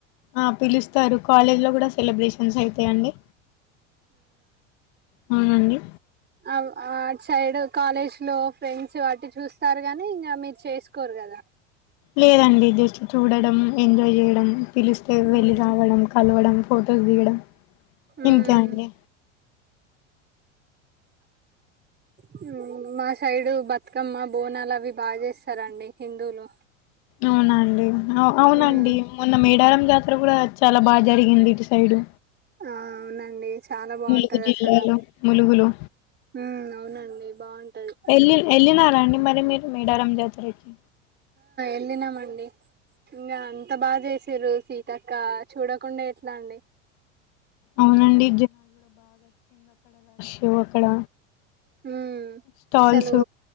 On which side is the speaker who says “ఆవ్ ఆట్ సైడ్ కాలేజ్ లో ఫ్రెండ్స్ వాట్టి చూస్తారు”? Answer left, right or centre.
Right